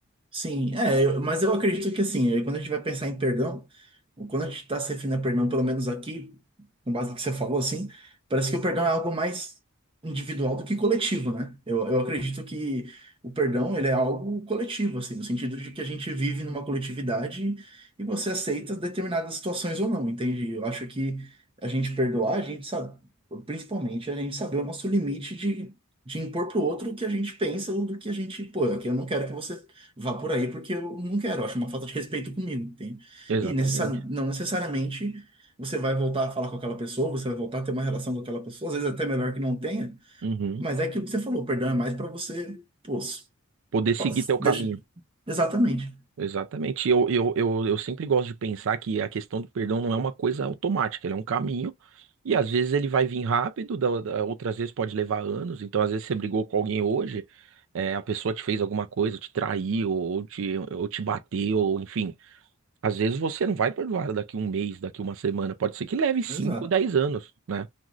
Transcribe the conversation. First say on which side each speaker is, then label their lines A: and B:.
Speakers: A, on the right; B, on the right.
A: Sim, é, eu- mas eu acredito que assim, eh, quando a gente vai pensar em perdão, ou quando a gente está se referindo a perdão, pelo menos aqui, com base no que você falou, assim, parece que o perdão é algo mais individual do que coletivo, né? Eu, eu acredito que o perdão, ele é algo coletivo, assim, no sentido de que a gente vive numa coletividade e você aceita determinadas situações ou não, entende? Eu acho que a gente perdoar, a gente sabe, principalmente a gente saber o nosso limite de, de impor pro outro o que a gente pensa ou do que a gente, pô, aqui eu não quero que você vá por aí porque eu não quero, eu acho uma falta de respeito comigo, entende?
B: Exatamente.
A: E necessa- não necessariamente você vai voltar a falar com aquela pessoa, você vai voltar a ter uma relação com aquela pessoa, às vezes até melhor que não tenha,
B: Uhum.
A: mas é aquilo que você falou, perdão é mais para você, pô, s-
B: Poder seguir
A: pa- s-
B: teu caminho.
A: deixa. Exatamente,
B: Exatamente. E Eu, eu, eu, eu sempre gosto de pensar que a questão do perdão não é uma coisa automática, ele é um caminho. E às vezes ele vai vir rápido, da- da- outras vezes pode levar anos. Então, às vezes você brigou com alguém hoje, é, a pessoa te fez alguma coisa, te traiu, ou te, ou te bateu, ou enfim. Às vezes você não vai perdoar daqui um mês, daqui uma semana. Pode ser que leve cinco
A: exato.
B: 10 anos, né?